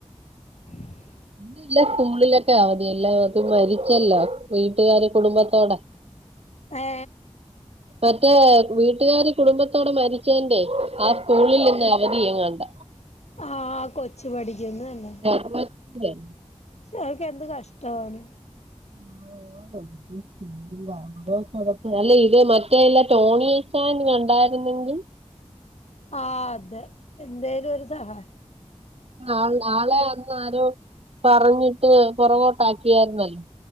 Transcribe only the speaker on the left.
<inaudible>
ഏ
ആഹ് കൊച്ചു പഠിക്കുന്നുല്ലെ
ശ എന്ത് കഷ്ടവാണ്.
ആ അതെ എന്തേലും ഒരു സഹായ